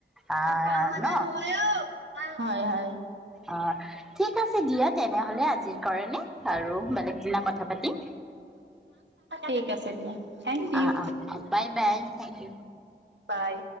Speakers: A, in the centre; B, on the right (about 85°).
A: আহ
B: পান বজাৰ
A: ন
B: নহয় অ। হয় হয়।
A: অ ঠিক আছে দিয়া তেনেহ'লে আজিৰ কাৰনে আৰু বেলেগ দিনা কথা পাতিম।
B: ঠিক আছে দিয়া। Thank
A: oh,
B: you
A: oh, bye, bye thank you.
B: By.